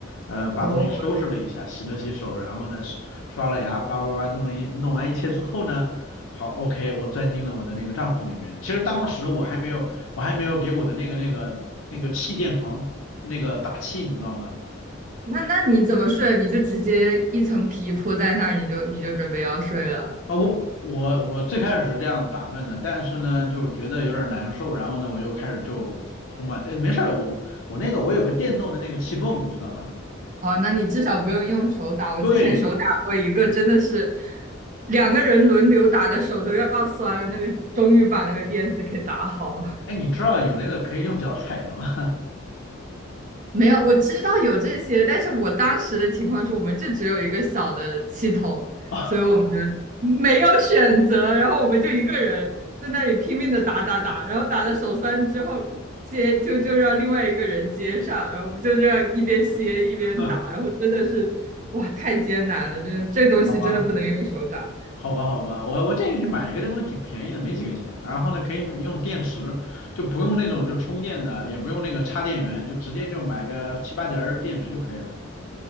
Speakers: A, on the left; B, on the right.
A: 呃，把东西收拾了一下，
B: 哦，
A: 洗了洗手，然后呢刷刷了牙，叭叭叭弄了一弄完一切之后呢，好，OK，我钻进了我的那个帐篷里面。其实当时我还没有我还没有给我的那个那个那个气垫床那个打气，你知道吗？
B: 那那你怎么睡？你就直接一层皮铺在那儿，你就你就准备要睡了。
A: 啊，我我我最开始是这样打算的，但是呢，就觉得有点难受，然后呢，我就开始就充满，哎，没事儿，我我那个我有个电动的那个气泵，你知道吗？
B: 哦，那你至少不用用手打。我之前手打过一个，
A: 对，
B: 真的是两个人轮流打的手都要酸了，那个终于把那个垫子给打好了。
A: 哎，你知道有那个可以用脚踩的吗？
B: 没有，我知道有这些，但是我当时的情况是，我们就只有一个小的气筒，
A: <laughs>
B: 所以我们没有选择，然后我们就一个人在那里拼命的打打打，然后打的手酸之后接就就让另外一个人接上，然后我们就这样一边歇一边打，
A: 哼
B: 然后真的是哇，太艰难了，真的这东西真的不能用手打。
A: 好吧，好吧，好吧，我我建议你去买一个，这东西挺便宜的，没几个钱。然后呢，可以用电池，就不用那种就充电的，也不用那个插电源，就直接就买个七八节儿电池就可以了。